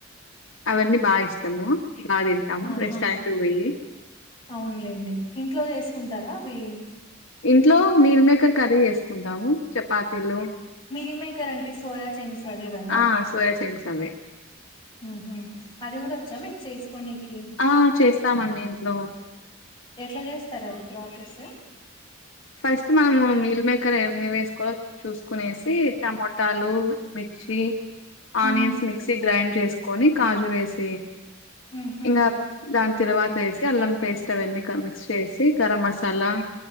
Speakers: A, on the left (about 75°); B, on the left (about 25°).
A: అవన్నీ బాగ ఇష్టము బాగా తింటాము
B: ఉహు
A: రెస్టారెంట్ కి పోయి
B: అవునులేండి ఇంట్లో చేసుకుంటర అవి
A: ఇంట్లో మీల్ మేకర్ కర్రీ చేసుకుంటాము చపాతీలు
B: మిల్ మేకర్ అంటె సోయా చంగ్స్ అవే కద
A: ఆ సోయా చంక్స్ అవి
B: ఉహు అది కూడ ఒచ్చా మీరు చేసుకోనికి
A: ఆ చేస్తామండి ఇంట్లో
B: ఎట్ల చేస్తరు అది ప్రాసెస్
A: ఫస్ట్ మనము మీల్ మేకర్ ఏమి వేసుకోవాలో చూసుకునేసి టమోటాలు, మిర్చి, ఆనియన్స్,
B: ఉమ్
A: మిక్సీ గ్రైండ్ చేసుకొని కాజు వేస్
B: ఉహు
A: ఇల ఇల <inaudible> తరవాత ఏసి అల్లం పేస్ట్ అవన్నీ క మిక్స్ చేసి గరం మసాల